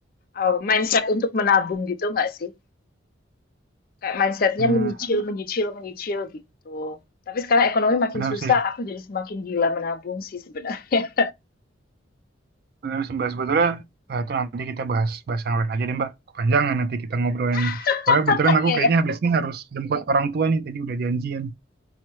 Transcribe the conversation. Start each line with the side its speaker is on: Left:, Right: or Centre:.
Left: uh, mindset untuk menabung gitu nggak sih? Kayak mindsetnya
Right: Hmm,
Left: menyicil, menyicil, menyicil gitu. Tapi sekarang ekonomi makin
Right: benar
Left: susah,
Right: sih,
Left: aku jadi semakin gila menabung sih sebenarnya.
Right: benar sih Mbak. Sebetulnya eh, itu nanti kita bahas bahas yang lain aja deh Mbak. Kepanjangan nanti kita ngobrolin
Left: <laughs>
Right: nih. Soalnya kebetulan aku
Left: Iya
Right: kayaknya
Left: ya.
Right: habis ini harus jemput orang tua nih. Tadi udah janjian.